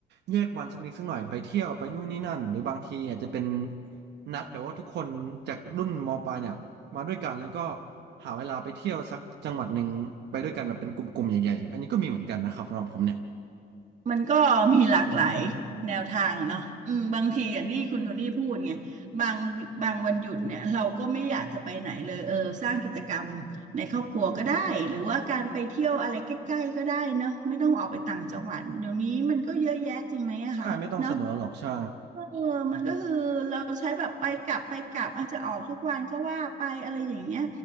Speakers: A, on the right; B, on the right.
A: แยกวันสักนิดสักหน่อยไปเที่ยวไปนู่นนี่นั่นหรือบางทีอาจจะเป็นนัดแบบว่าทุกคนจากรุ่นมปลายเนี่ย มาด้วยกันแล้วก็หาเวลาไปเที่ยวสักจังหวัดหนึ่งไปด้วยกันแบบเป็นกลุ่มๆใหญ่ๆอันนี้ก็มีเหมือนกันนะครับสำหรับผมเนี่ย
B: มันก็มีหลากหลายแนวทางเนาะอืมบางทีอย่างที่คุณโทนี่พูดไงบางบางวันหยุดเนี่ยเราก็ไม่อยากจะไปไหนเลยเออสร้างกิจกรรมในครอบครัวก็ได้หรือว่าการไปเที่ยวอะไรใกล้ๆก็ได้เนาะไม่ต้องออกไปต่างจังหวัดเดี๋ยวนี้มันก็เยอะแยะจริงไหมอะคะเนาะ
A: ใช่ไม่ต้องเสมอหรอกใช่
B: เออมันก็คือเราใช้แบบไปกลับไปกลับอาจจะออกทุกวันก็ว่าไปอะไรอย่างเงี้ย